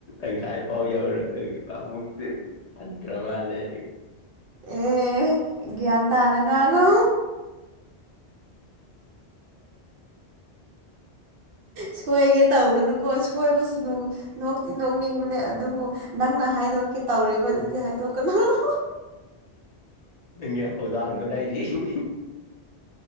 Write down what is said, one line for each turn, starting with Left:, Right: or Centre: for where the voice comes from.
Left: ꯪ ꯀꯥꯏ ꯐꯥꯎ ꯌꯥꯎꯔꯃꯨꯛ ꯈꯥꯟ ꯀ꯭ꯔꯃꯂ
Right: ꯑꯦ ꯒ꯭ꯌꯥꯟ ꯇꯅ ꯉꯥꯡꯉ
Left: <unintelligible>
Right: ꯁꯣꯏꯒꯦ ꯇꯧꯕꯅꯨꯀꯣ ꯁꯣꯏꯕꯁꯨ ꯅꯣꯛꯇꯤ ꯅꯣꯛꯅꯤꯡꯕꯅꯦ ꯑꯗꯨꯕꯨ ꯅꯪꯅ ꯍꯥꯏꯗꯣꯛꯀꯦ ꯇꯧꯔꯤꯕꯗꯨꯗꯤ ꯍꯥꯏꯗꯣꯛ ꯀꯅꯥꯅ
Left: ꯅꯪꯦ ꯍꯥꯎꯗꯅꯣ ꯂꯩꯏꯔꯤꯔꯤ